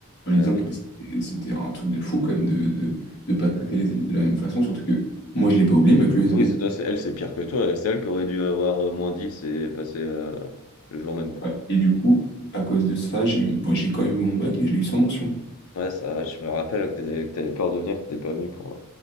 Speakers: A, on the left; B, on the left.
A: en lui
B: Elle
A: disant
B: avait-
A: que c'était c'était un truc de fou quand même de de, de pas traiter les élèves de la même façon, surtout que moi, je l'ai pas oublié, mais que le SB.
B: Oui, c'est toi, c'est elle, c'est pire que toi. C'est elle qui aurait dû avoir euh, moins 10 et passer euh, le jour même, quoi.
A: Ouais. Et du coup, à cause de ça, j'ai eu, bon, j'ai quand même eu mon bac, mais je l'ai eu sans mention.
B: Ouais, ça je me rappelle que t'étais- que t'avais peur de venir, que t'étais pas venu pour